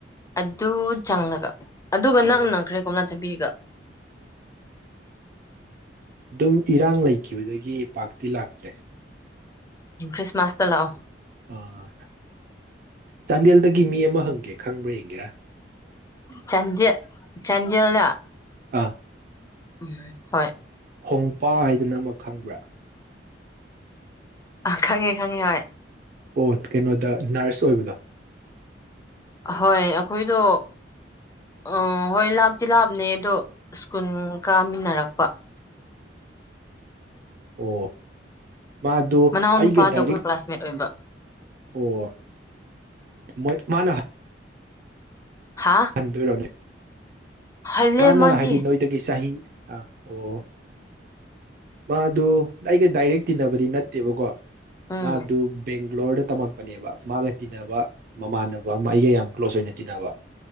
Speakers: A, on the left (about 20°); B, on the right (about 50°).
A: ꯑꯗꯨ ꯆꯪꯂꯒ ꯑꯗꯨꯒ
B: ꯑꯣ
A: ꯅꯛꯅꯈ꯭ꯔꯦ ꯀꯣꯝꯂꯥ ꯊꯥꯕꯤꯒ
B: ꯗꯨꯝ ꯏꯔꯥꯡ ꯂꯩꯒꯤꯕꯗꯒꯤ ꯄꯥꯛꯇꯤ ꯂꯥꯛꯇ꯭ꯔꯦ
A: ꯈ꯭ꯔꯤꯁꯃꯥꯁꯇ ꯂꯥꯛꯑꯣ
B: ꯑꯥ ꯆꯥꯟꯗꯦꯜꯗꯒꯤ ꯃꯤ ꯑꯃ ꯍꯪꯒꯦ ꯈꯪꯕ꯭ꯔꯥ ꯌꯦꯡꯒꯦꯔꯥ
A: ꯆꯥꯟꯗꯦ ꯆꯥꯟꯗꯦꯜꯂꯥ
B: ꯑꯥ
A: ꯎꯝ ꯍꯣꯏ
B: ꯍꯣꯡꯄꯥ ꯍꯥꯏꯗꯅ ꯑꯃ ꯈꯪꯕ꯭ꯔꯥ
A: ꯑꯥ ꯈꯪꯉꯦ ꯈꯪꯉꯦ ꯍꯣꯢ
B: ꯑꯣ ꯀꯩꯅꯣꯗ ꯅ꯭ꯔꯁ ꯑꯣꯏꯕꯗꯣ
A: ꯍꯣꯏ ꯑꯥꯈꯣꯏꯗꯣ ꯑꯥ ꯍꯣꯏ ꯂꯥꯞꯇꯤ ꯂꯥꯞꯅꯩꯌꯦ ꯑꯗꯣ ꯁ꯭ꯀꯨꯜ ꯀꯥꯃꯤꯟꯅꯔꯛꯄ
B: ꯑꯣ ꯃꯥꯗꯨ
A: ꯃꯅꯥꯎ
B: ꯑꯩꯒ
A: ꯅꯨꯄꯥꯗꯣ
B: ꯗꯥꯏꯔꯦꯛ
A: ꯑꯩꯈꯣꯏ ꯀ꯭ꯂꯥꯁꯃꯦꯠ ꯑꯣꯏꯕ
B: ꯑꯣ ꯃꯣꯏ ꯃꯥꯅ
A: ꯍꯥ
B: ꯍꯟꯗꯣꯢꯔꯣ
A: ꯍꯜꯂꯦ
B: ꯃꯥꯅ
A: ꯃꯥꯗꯤ
B: ꯍꯥꯏꯗꯤ ꯅꯣꯏꯗꯒꯤ ꯆꯍꯤ ꯑꯥ ꯑꯣ ꯃꯥꯗꯨ ꯑꯩꯒ ꯗꯥꯏꯔꯦꯛ ꯇꯤꯟꯅꯕꯗꯤ ꯅꯠꯇꯦꯕꯀꯣ
A: ꯎꯝ
B: ꯃꯥꯗꯨ ꯕꯦꯡ ꯒ꯭ꯂꯣꯔꯗ ꯇꯝꯃꯛꯄꯅꯦꯕ ꯃꯥꯒ ꯇꯤꯟꯅꯕ ꯃꯃꯥꯟꯅꯕ ꯑꯃ ꯑꯩꯒ ꯌꯥꯝ ꯀ꯭ꯂꯣꯁ ꯑꯣꯏꯅ ꯇꯤꯟꯅꯕ